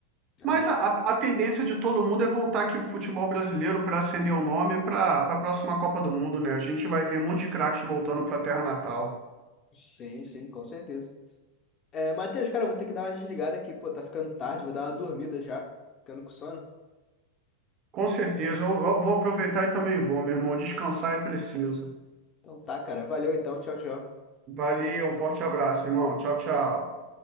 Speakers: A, on the left (about 30°); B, on the right (about 35°).
A: Ah,
B: Mas a, a- a tendência de todo mundo é voltar aqui pro futebol brasileiro para acender o nome para a próxima Copa do Mundo, né? A gente vai ver muitos craques voltando para a terra natal.
A: sim, sim, com certeza. É, Matheus, cara, eu vou ter que dar uma desligada aqui, pô, tá ficando tarde, vou dar uma dormida já, ficando com sono.
B: Com certeza. Eu, eu vou aproveitar e também vou, meu irmão. Descansar é preciso.
A: Então tá, cara, valeu então, tchau, tchau.
B: Valeu, um forte abraço, irmão. Tchau, tchau.